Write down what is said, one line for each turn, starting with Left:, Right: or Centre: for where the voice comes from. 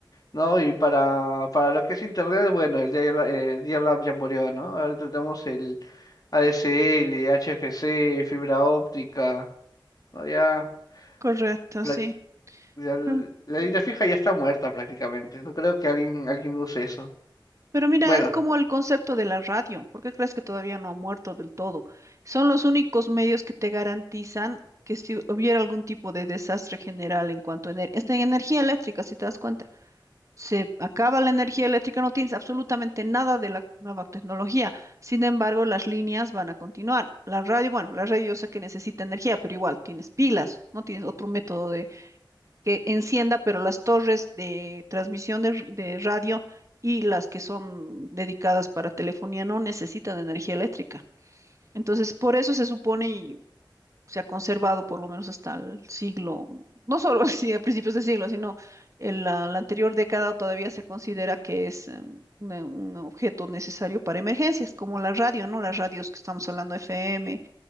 Left: ¿no? Y para, para lo que es Internet, bueno, el dial- eh, dial-up ya murió, ¿no? Ahorita tenemos el ADSL, HFC, fibra óptica, ¿no? Ya,
Right: Correcto,
Left: prac-
Right: sí.
Left: ya l-
Right: Mm.
Left: la línea fija ya está muerta prácticamente. No creo que alguien, alguien use eso.
Right: Pero mira,
Left: Bueno,
Right: es como el concepto de la radio. ¿Por qué crees que todavía no ha muerto del todo? Son los únicos medios que te garantizan que si hubiera algún tipo de desastre general en cuanto a ener- esta energía eléctrica, si te das cuenta, se acaba la energía eléctrica, no tienes absolutamente nada de la nueva tecnología. Sin embargo, las líneas van a continuar. La radio, bueno, la radio yo sé que necesita energía, pero igual tienes pilas, no tienes otro método que encienda, pero las torres de transmisión de, de radio y las que son dedicadas para telefonía no necesitan energía eléctrica. Entonces, por eso se supone y se ha conservado por lo menos hasta el siglo, no solo <laughs> sí, a principios de siglo, sino en la, la anterior década todavía se considera que es eh, una- un, objeto necesario para emergencias, como la radio, ¿no? Las radios que estamos hablando, FM,